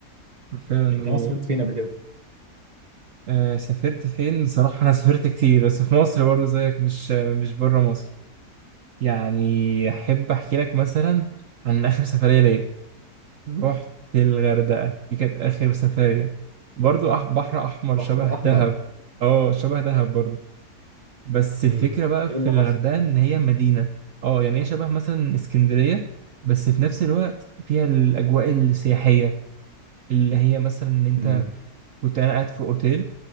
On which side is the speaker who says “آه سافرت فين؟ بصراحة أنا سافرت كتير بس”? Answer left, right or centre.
Right